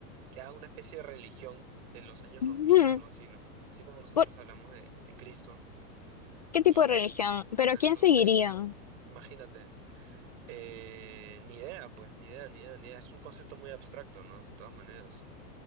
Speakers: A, on the right; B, on the left.
A: que haga una especie de religión de los años
B: Ujú.
A: 2000 o algo así, ¿no? Así como nosotros
B: ¿Por
A: hablamos de, de Cristo.
B: qué tipo
A: Y
B: de religión?
A: O
B: ¿Pero
A: sea,
B: a quién
A: no
B: seguirían?
A: sé, imagínate. Eh, ni idea, pues, ni idea, ni idea, ni idea. Es un concepto muy abstracto, ¿no? De todas maneras.